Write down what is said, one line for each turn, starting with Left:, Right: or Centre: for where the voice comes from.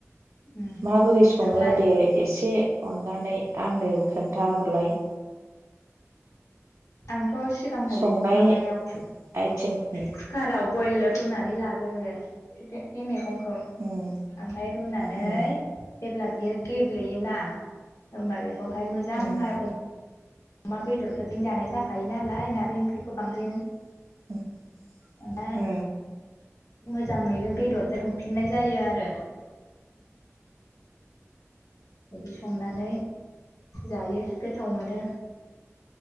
Left: उम
Right: माबोरै सङो
Left: नोंलाय
Right: दे एसे अननानै आंनो खोनथाहरलाय?
Left: आंथ' सिगांहाय
Right: संनाय
Left: बेखौ माबायाव
Right: आइटेमखौ
Left: कुकाराव ब्रयलार होनानै लाग्रो बे मैगंखौ ओमफ्राय
Right: उम
Left: रुनानै
Right: उम
Left: जेब्ला बियो गेब्लेयोना होमबा बेखौहाय मोजांहाय
Right: उम
Left: अ मा बेदरफोरजों जानाय जाखायो नालाय नारजि ओंख्रिखौ बांसिन
Right: <inaudible>
Left: दा
Right: उम
Left: मोजाङैनो बेदर संफिननाय जायो आरो। <inaudible> बिदि संनानै जायो गोथाव मोनो।